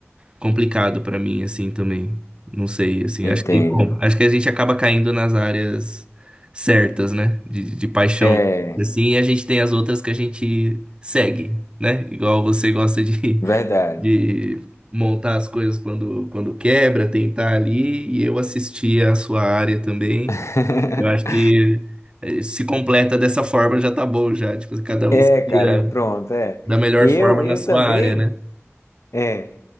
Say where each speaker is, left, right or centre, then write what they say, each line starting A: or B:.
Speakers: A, on the right; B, on the left.
A: complicado pra mim, assim, também. Não sei, assim,
B: entendo.
A: acho que, bom, acho que a gente acaba caindo nas áreas certas, né? De, de paixão,
B: É,
A: assim, e a gente tem as outras que a gente segue, né? Igual você gosta de,
B: verdade.
A: de montar as coisas quando, quando quebra, tentar ali, e eu assisti a sua área também.
B: <laughs>
A: Eu acho que eh, se completa dessa forma já tá bom, já. Tipo, cada
B: É,
A: um se
B: cara,
A: vira
B: pronto, é.
A: da melhor
B: Eu,
A: forma
B: eu
A: na sua
B: também,
A: área, né?
B: é,